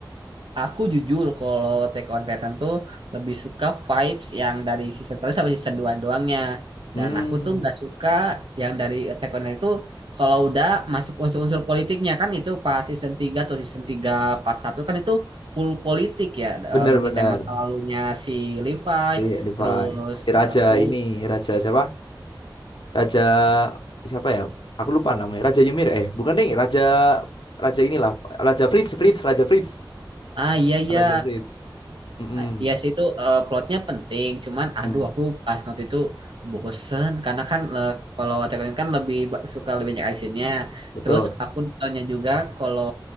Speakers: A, on the right; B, on the left.
A: Aku jujur kalau Attack on Titan tuh lebih suka vibes yang dari season 1 sampai season 2 doangnya.
B: hmm
A: Dan aku tuh nggak suka yang dari Attack on Titan itu kalau udah masuk unsur-unsur politiknya kan itu pas season 3 atau season 3 part satu kan itu full politik ya.
B: bener-bener
A: eh, Ngeritain masa lalunya si Levi.
B: iya Levi
A: Terus
B: si raja
A: aku,
B: ini raja siapa Raja siapa ya? Aku lupa namanya. Raja Ymir eh bukan deh, Raja Raja inilah, Raja Fritz, Fritz, Raja Fritz.
A: ah iya iya
B: Raja Frit. Mm-mm.
A: Nah, Iya sih itu eh, plotnya penting, cuman aduh
B: Mm,
A: aku pas nonton itu bosen karena kan eh, kalau Attack on Titan kan lebih ba- suka lebih banyak actionnya.
B: Betul.
A: Terus aku nontonnya juga kalau